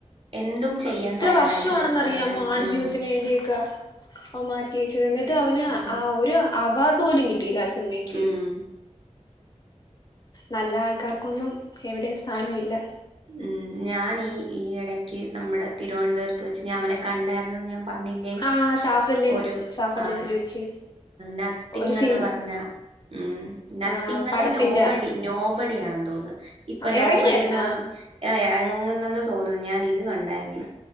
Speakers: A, on the right; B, on the left.
A: എന്തും ചെയ്യാൻ
B: ഇത്ര
A: തയ്യാറായിട്ടുള്ള
B: വർഷാണെന്നറിയാമോ
A: ഒരു നടനാണ്
B: ആടു
A: ഉം
B: ജീവിതത്തിന് വേണ്ടിയൊക്കെ ഓ മാറ്റിവെച്ചത ന്നിട്ട് അവന്
A: ശരി.
B: ആ ഒരു അ അവാർഡ് പോലും കിട്ടിയില്ല ആഹ് സിനിമക്ക്
A: ഉം
B: നല്ല ആൾ ക്കാർക്കൊന്നും എവിടെയും സ്ഥാനമില്ല
A: ഉം ഞാൻ ഈ ഈ ഇടക്ക് നമ്മുടെ തിരുവനന്തപുരത്ത് വച്ച് ഞാൻ അവനെ കണ്ടായിരുന്നു ഞാൻ പറഞ്ഞില്ലേ
B: ആ സാഫല്യം
A: ഒരു
B: സാഫല്യത്തിൽ
A: ആ
B: വെച്ച്
A: നത്തിങ്
B: ഒരു സിൻ
A: എന്ന് പറഞ്ഞാ ഉം നത്തിങ്ങല്ല
B: ആ പടത്തിന്റെ
A: നോബടി നോബടിയണ തോന്നുന്നത് ഇപ്പൊ നോബടി
B: ഇറങ്ങിയായിരുന്നാ
A: എന്ന് പറഞ്ഞ ആ ഇറങ്ങുന്നെന്ന് തോന്നുന്നു ഞാൻ ഇത് കണ്ടായിരുന്ന്